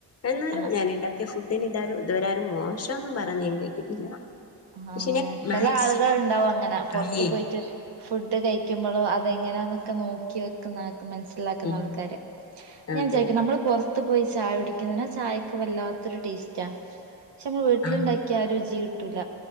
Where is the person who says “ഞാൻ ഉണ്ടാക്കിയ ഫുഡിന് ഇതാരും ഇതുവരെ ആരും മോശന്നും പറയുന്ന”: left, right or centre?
Left